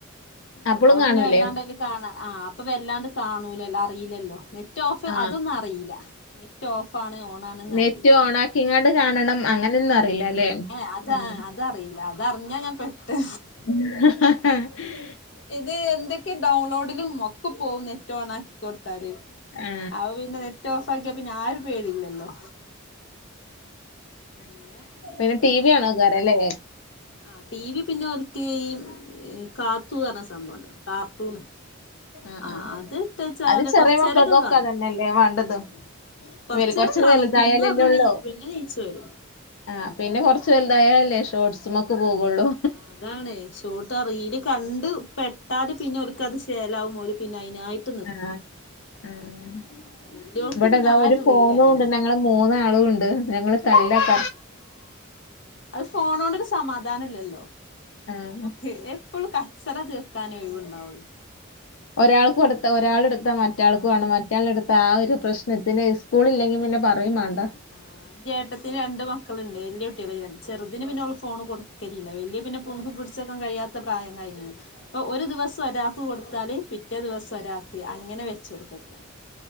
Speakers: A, on the left (about 70°); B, on the left (about 55°).
A: അപ്പളും
B: അത്
A: കാണൂലേ
B: പിന്നെ വല്ലാണ്ടതില് കാണാൻ ആഹ് അപ്പൊ വല്ലാണ്ട് കാണൂല. അറിയില്ലല്ലോ. നെറ്റ് ഓഫ്
A: ആ
B: അതൊന്നും അറിയില്ല നെറ്റ് ഓഫാണ് ഓൺ ആണെന്ന്
A: നെറ്റ്
B: അറിയില്ല
A: ഓണാക്കിങ്ങാണ്ട് കാണണം അങ്ങനെയൊന്നും അറിയില്ല അല്ലേ.
B: ഏ അത്
A: ഉം.
B: അതറിയില്ല അതറിഞ്ഞാ ഞാൻ പെട്ട്
A: <unintelligible>
B: ഇത് എന്തൊക്കെയോ ഡൗൺലോഡിലുമൊക്കെ പോവും നെറ്റ് ഓൺ ആക്കി കൊടുത്താല്.
A: ആ,
B: അത് പിന്നെ നെറ്റ് ഓഫ് ആക്കിയാ പിന്നെ ആഹ് ഒരു പേടിയില്ലല്ലോ. അങ്ങനെ
A: പിന്നെ ടി വി കാണാൻ കേറുഅല്ലേ
B: ആഹ് ടി വി പിന്നെ ഓലിക്ക് ഈ കാത്തു പറഞ്ഞ സംഭവം ഉണ്ട് കാർട്ടൂണ്.
A: ആഹ്
B: ആ
A: ആഹ്
B: അത് ഇട്ടച്ചാല്
A: അത് ചെറിയ
B: കൊറച്ചേരൊക്കെ
A: മക്കൾക്കൊക്കെ
B: കാണും
A: അതന്നെയല്ലേ വേണ്ടത്
B: കൊറച്ചേരം
A: ഇവര് കൊറച്ച്
B: കാണും
A: വലുതായാലല്ലേ
B: പിന്നെ അവിടുന്ന്
A: ഉള്ളൂ.
B: നീ പിന്നെ നീച്ചു വരും
A: ആഹ് പിന്നെ കുറച്ച് വലുതായാലല്ലേ ഷോർട്സിലൊക്കെ പോകുള്ളൂ.
B: ആഹ് അതാണേ ഒരിക്ക ആഹ് റീൽ കണ്ട് പെട്ടാൽ പിന്നെ ഓലിക്കത് ശേലാവും ഓല് പിന്നെ അതിനായിട്ട്
A: ആഹ് ഉം
B: വല്യോൾക്ക്
A: ഇവിടെതാ
B: പിന്നെ ആ
A: ഒരു ഫോണ്
B: റീലെന്നെയാണ്
A: കൊണ്ടന്നെ ഞങ്ങള് മൂന്നാളുംണ്ട് ഞങ്ങൾ തല്ലറ
B: അത് ഫോണോണ്ടൊരു സമാധാനംല്ലല്ലോ
A: ആ, ആ.
B: ഞമ്മക്ക് എപ്പോഴും ക ചറ തീർക്കാനേ ഒഴിവ് ഉണ്ടാവുള്ളൂ
A: ഒരാൾക് കൊടുത്ത ഒരാളെടുത്ത മറ്റാൾക്
B: ആഹ്
A: വേണം മറ്റാൾ എടുത്ത ആഹ് ഒരു പ്രശ്നത്തിന് സ്കൂളില്ലെങ്കി പിന്നെ പറയും മാണ്ട
B: ആഹ് ന്റെ ഏട്ടത്തിന് രണ്ട് മക്കളുണ്ട് വല്യ കുട്ടിളയ്കന് ചെറുതിന് പിന്നെള് ഫോണ് കൊടുക്കലില്ല വലിയ പിന്നെപോണും പിടി ച്ചക്കം കഴിയാത്ത പ്രായം കഴിഞ്ഞണ് ഇപ്പൊ ഒരു ദിവസം ഒരാക്ക് കൊടുത്താല് പിറ്റേ ദിവസം ഒരാക്ക് അങ്ങനെ വെച്ചടുത്തക്ക.